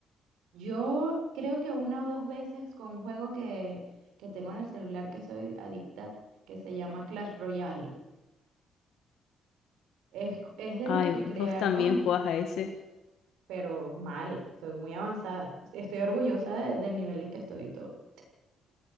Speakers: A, on the right (about 90°); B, on the left (about 80°).
A: Yo creo que una o dos veces con un juego que, que tengo en el celular que soy adicta, que se llama Clash Royale. Es, es de
B: Ay,
A: los que crearon,
B: vos también jugás a ese.
A: pero mal, estoy muy avanzada. Estoy orgullosa de- del nivel en que estoy y todo.